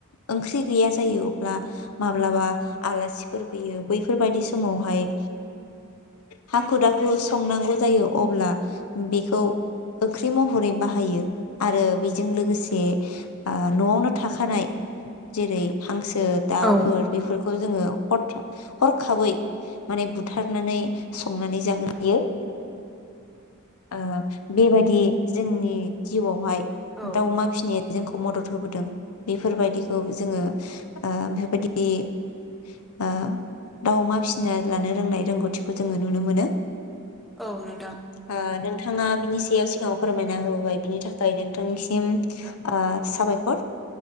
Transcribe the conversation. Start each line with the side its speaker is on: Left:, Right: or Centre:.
Left: ओंख्रि गैया जायो अब्ला माब्लाबा आलासिफोर फैयो बैफोरबायदि समावहाय हाखु दाखु संनांगौ जायो अब्ला बेखौ ओख्रि महरै बाहायो आरो बेजों लोगोसे ओ न'आवनो थाखानाय जेरै हांसो ओ दाउफोर
Centre: औ
Left: बेफोरखौ जोङो हरथाब हरखाबै माने बुथारनानै संनानै जाहोयो ओबेबायदि जोंनि जिउआवहाय
Centre: औ
Left: दाउ अमा फिसिनाया जोंखौ मदद होबोदों बेफोरबादिखौ जोंङो ओ ओ दाव अमा फिस फिना लानो रोंनाय रोंगौथिखौ जोङो नुनो मोनो
Centre: औ नोंथां
Left: ओ नोंथाङा बिनि सायाव सिगाङाव फोरमायना होबोबाय बिनि थाखाय नोंथांनिसिम ओ साबायखर